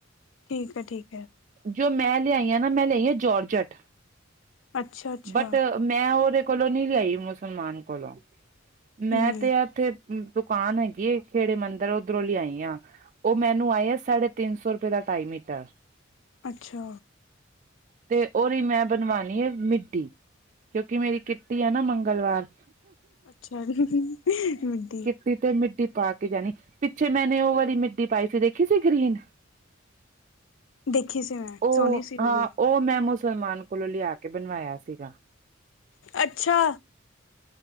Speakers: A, on the left; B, on the right.
A: ਠੀਕ ਹੈ ਠੀਕ ਹੈ
B: ਜੋ ਮੈਂ ਲਿਆਈ ਆਂ ਨਾ, ਮੈਂ ਲਿਆਈ ਆ ਜੋਰਜਟ,
A: ਅੱਛਾ ਅੱਛਾ
B: ਬਟ ਮੈਂ ਉਹਦੇ ਕੋਲੋਂ ਨੀ ਲਈ ਮੁਸਲਮਾਨ ਕੋਲੋਂ, ਮੈਂ
A: ਹਮ
B: ਤੇ ਇੱਥੇ ਦੁਕਾਨ ਹੈਗੀ ਏ, ਖੇੜੇ ਮੰਦ ਮੈਂ ਔਦਰੋ ਲਿਆਈ ਆਂ, ਉਹ ਮੈਨੂੰ ਆਏ ਆ, ਸਾਢੇ ਤਿੰਨ ਸੌ ਰੁਪਏ ਦਾ ਟਾਈ ਮੀਟਰ
A: ਅੱਛਾ
B: ਤੇ ਉਹਦੀ ਮੈਂ ਬਣਵਾਣੀ ਹੈ, ਮੀਡੀ। ਕਿਉਂਕਿ ਮੇਰੀ ਕਿੱਟੀ ਐ ਨਾ ਮੰਗਲਵਾਰ
A: ਅੱਛਾ ਜੀ, ਮੀਡੀ
B: ਬੀ ਤੇ ਮਿੱਡੀ ਪਾ ਕੇ ਜਾਣੀ, ਪਿੱਛੇ ਮੈਨ ਉਹ ਵਾਲੀ ਮਿੱਡੀ ਪਾਈ ਸੀ, ਦੇਖੀ ਸੀ ਗ੍ਰੀਨ।
A: ਦੇਖੀ ਸੀ ਮੈਂ
B: ਉਹ,
A: ਸੋਹਣੀ ਸੀ
B: ਹਾਂ,
A: ਵੀ
B: ਉਹ ਮੈਂ ਸਲਮਾਨ ਕੋਲੋਂ ਲਿਆ ਕੇ, ਬਣਵਾਇਆ ਸੀਗਾ।
A: ਅੱਛਾ